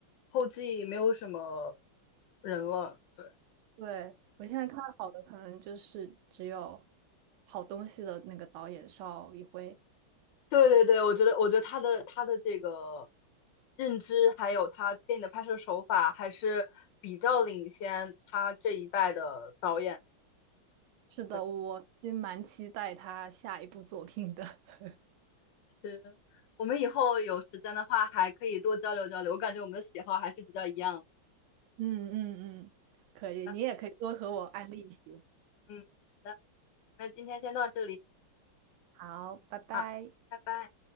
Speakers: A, on the left; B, on the right.
A: 后继没有什么人了。对。
B: 对我现在看好的可能就是只有好东西的那个导演邵艺辉。
A: 对对对，我觉得，我觉得他的他的这个认知，还有他电影的拍摄手法，还是比较领先他这一代的导演。
B: 是的，
A: 对，
B: 我其实蛮期待他下一部作品的。<laughs>
A: 是我们以后有时间的话，还可以多交流交流。我感觉我们的喜好还是比较一样
B: 嗯嗯嗯，可以，
A: 的。
B: 你也可以多和我安利一些。
A: 嗯，好的，那今天先到这里，
B: 好，拜拜。
A: 好，拜拜。